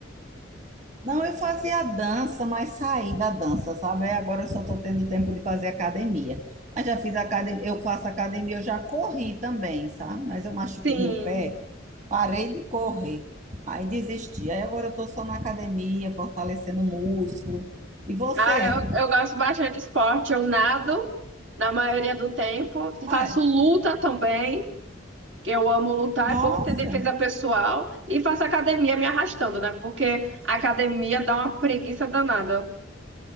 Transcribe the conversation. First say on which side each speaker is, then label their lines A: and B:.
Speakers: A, on the right (about 40°); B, on the right (about 85°).
A: Não, eu fazia dança, mas saí da dança, sabe? Aí Agora eu só tô tendo tempo de fazer academia. Mas já fiz academia, eu faço academia, eu já corri também, sabe? Mas eu machuquei
B: Sim.
A: meu pé, parei de correr, aí desisti. Aí agora eu tô só na academia, fortalecendo o músculo. E você?
B: Ah, eu, eu gosto bastante de esporte. Eu nado na maioria do tempo.
A: Ai,
B: Faço luta também. que Eu amo lutar,
A: nossa!
B: é bom ter defesa pessoal. E faço academia me arrastando, né? Porque a academia dá uma preguiça danada.